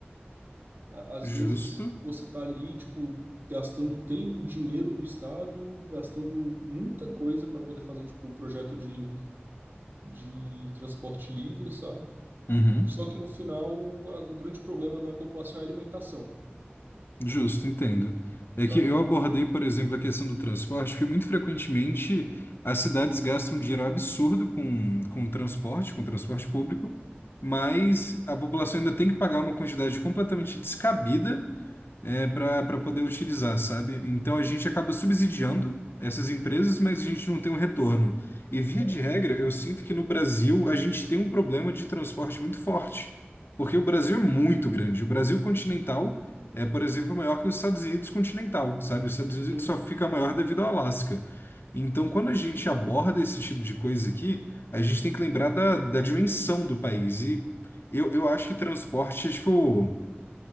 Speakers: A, on the right; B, on the left.
A: a- Às
B: Justo.
A: vezes você está ali, tipo, gastando tempo, dinheiro do Estado, gastando muita coisa para poder fazer, tipo, um projeto de, de transporte livre, sabe?
B: Uhum.
A: Só que no final, a- o grande problema da população é a alimentação,
B: Justo, entendo. É
A: sabe?
B: que eu abordei, por exemplo, a questão do transporte, porque muito frequentemente as cidades gastam um dinheiro absurdo com, com transporte, com transporte público, mas a população ainda tem que pagar uma quantidade completamente descabida é, para poder utilizar, sabe? Então a gente acaba subsidiando essas empresas, mas a gente não tem um retorno. E via
A: É.
B: de regra, eu sinto que no Brasil a gente tem um problema de transporte muito forte, porque o Brasil é muito grande. O Brasil continental é, por exemplo, maior que os Estados Unidos continental, sabe? Os Estados Unidos
A: Sim,
B: só fica maior devido ao Alasca. Então, quando a gente aborda esse tipo de coisa aqui, a gente tem que lembrar da, da dimensão do país. E eu, eu acho que transporte é tipo